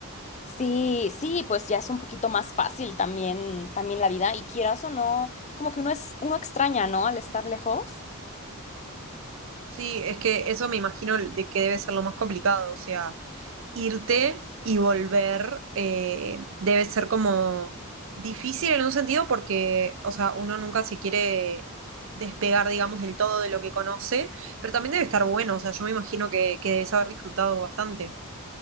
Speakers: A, on the left (about 30°); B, on the right (about 60°).
A: Sí, sí, pues ya es un poquito más fácil también, también la vida. Y quieras o no, como que uno es, uno extraña, ¿no? Al estar lejos.
B: Sí, es que eso me imagino de que debe ser lo más complicado, o sea. irte y volver eh, debe ser como difícil en un sentido porque, o sea, uno nunca se quiere despegar, digamos, del todo de lo que conoce, pero también debe estar bueno, o sea, yo me imagino que, que debes haber disfrutado bastante.